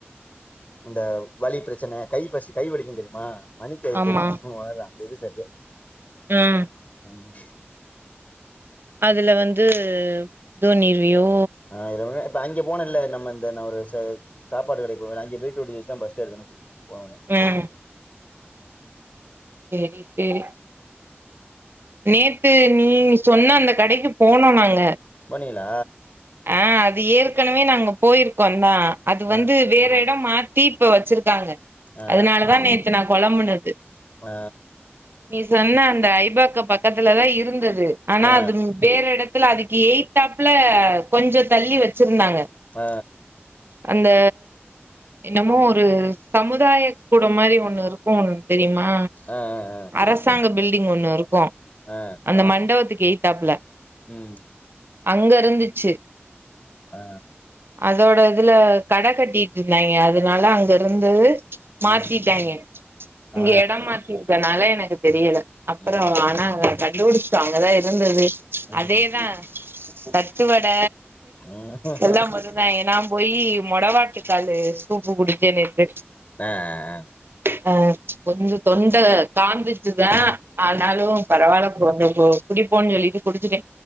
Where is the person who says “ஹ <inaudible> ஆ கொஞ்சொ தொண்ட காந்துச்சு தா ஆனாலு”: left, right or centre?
Right